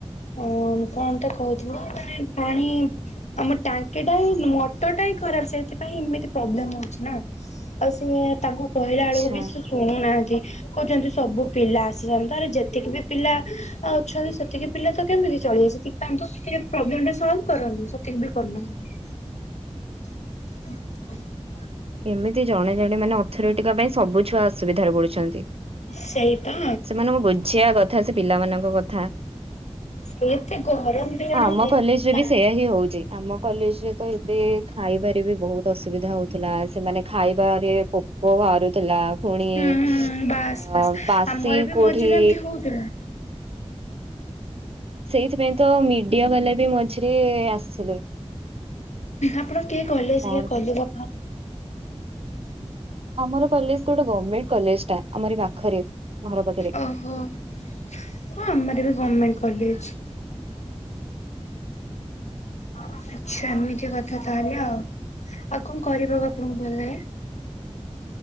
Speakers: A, on the left (about 80°); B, on the right (about 60°).
A: ହ କଣତ କହୁଥିଲ ପାଣି ଆମ ଟାଙ୍କିଟାହିଁ ମଟରଟା ହିଁ ଖରାପ ସେଇଥିପାଇଁ ଏମିତି ପ୍ରୋବ୍ଲେମ ହଉଛି ନା। ଆଉ ସିଏ ତାଙ୍କୁ କହିଲା
B: ଆଚ୍ଛା
A: ବେଳକୁ ବି ସେ ଶୁଣୁନାହାନ୍ତି କହୁଛନ୍ତି ସବୁ ପିଲା ଆସିନାହାନ୍ତି। ତାପରେ ଯେତିକି ବି ପିଲା ଆଉ ଅଛନ୍ତି ସେତିକି ପିଲା ତ କେମିତି ଚଳିବେ ସେଥିପାଇଁ ତ ସେତିକି ପ୍ରୋବ୍ଲେମ ଟା ସଲ୍ଭ କରନ୍ତିି ସେତିକି ବି କରୁନାହାନ୍ତି। <inaudible>
B: ଏମିତି ଜଣେ ଜଣେ ମାନେ ଅଥରିଟିଙ୍କ ପାଇଁ ସବୁ ଛୁଆ ଅସୁବିଧାରେ ପଡିଛନ୍ତି।
A: ସେଇପା
B: ସେମାନଙ୍କୁ ବୁଝିବା କଥା ସେ ପିଲାମାନଙ୍କ କଥା
A: ସିଏ ଏତେ ଗରମ ବି ଇଆଡ଼େ
B: ଆମ
A: ହଉଛି।
B: କଲେଜରେ ବି ସେଇୟା ହଉଛି ଆମ କଲେଜରେ ତ ଏବେ ଖାଇବାରେ ବି ବହୁତ ଅସୁବିଧା ହଉଥିଲା ସେମାନେ ଖାଇବାରେ ପୋକ ବାହାରୁଥିଲା। ପୁଣି
A: ହୁଁ ବାସ୍
B: ଅ
A: ବାସ୍
B: ବାସି
A: ଆମର ବି
B: କୋଉଠି
A: ମଝିରେ ଏମିତି ହଉଥିଲା।
B: ସେଇଥିପାଇଁ ତ ମିଡିଆ ବାଲା ବି ମଝିରେ ଆସିଥିଲେ।
A: ଆପଣ କିଏ କଲେଜରେ
B: କଣ
A: କହିବ।
B: ଆମର କଲେଜ ଗୋଟେ ଗଭର୍ଣମେଣ୍ଟ କଲେଜ ଟା ଆମର ପାଖରେ ଘର ପାଖରେ।
A: ଓହୋ ହଁ ଆମର ଏବେ ଗଭର୍ଣ୍ଣମେଣ୍ଟ କଲେଜ। ଆଚ୍ଛା ଏମିତି କଥା ତାହଲେ ଆଉ ଆଉ କଣ କରିବାକୁ ଆପଣଙ୍କୁ ଭଲଲାଗେ।